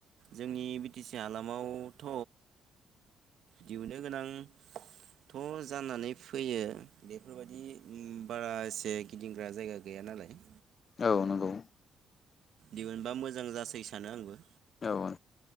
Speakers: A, on the right (about 70°); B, on the left (about 45°).
A: जोंनि बि टि सि हालामावथ' दिहुननो गोनांथ' जानानै फैयो बेफोरबायदि बारा एसे गिदिंग्रा जायगा गैया नालाय।
B: औ नंगौ।
A: दिहुनबा मोजां जासै सानो आंबो
B: औ